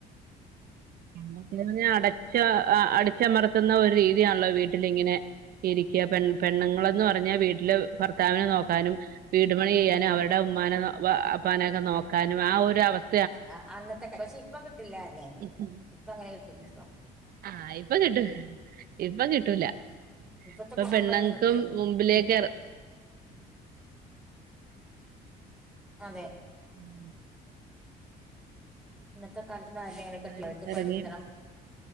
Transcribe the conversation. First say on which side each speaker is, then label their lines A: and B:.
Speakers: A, on the right; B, in the centre.
A: അന്നക്കെന്ന് പറഞ്ഞാ അടച്ച് അ അടിച്ചമർത്തുന്ന ഒരു രീ തിയാണല്ലോ വീട്ടിലിങ്ങനെ ഇരിക്കാ പെൺ പെണ്ണുങ്ങള്ന്ന് പറ പറഞ്ഞാ വീട്ടില് ഭർത്താവിനെ നോക്കാനും വീടു പണി ചെയ്യാനും അവരുടെ ഉമ്മാനെ നോ ബാപ്പാനൊക്കെ നോക്കാനും ആ ഒരു അവസ്
B: ആഹ് അന്നത്തെ പക്ഷെ ഇപ്പൊ കിട്ടില്ലാ ആരിനേം
A: ഉം ഉം
B: ഇപ്പ അങ്ങനെ കട്ടില്ലാട്ടോ
A: ആഹ് ഇപ്പൊ കിട്ടൂ ഇപ്പൊ കിട്ടൂല
B: ഇപ്പത്തെ
A: ഇപ്പൊ പെണ്ണുങ്ങക്കും
B: മക്കളൊന്നും കിട്ടില്ല
A: മുമ്പിലേക്ക് എറ
B: അതെ
A: ഉം
B: ഇന്നത്തെ കാലത്തൊന്നും ആരേം അങ്ങനെ
A: എല്ലാരും
B: <unintelligible> ഓൽക്ക്
A: എറങ്ങി
B: പഠിക്കണം